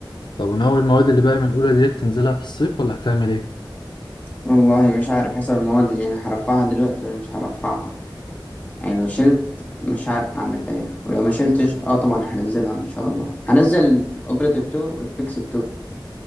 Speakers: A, on the left; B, on the left.
A: طب وناوي المواد اللي باقي من اولى ديت تنزلها في الصيف ولا هتعمل ايه
B: والله مش عارف حسب المواد اللي انا هرفعها دلوقتي ولا مش هرفعها يعني لو شلت مش عارف هعمل ايه ولو ما شلتش اه طبعا هنزلها ان شاء الله هنزل اوبريتيف 2 والفيكسد 2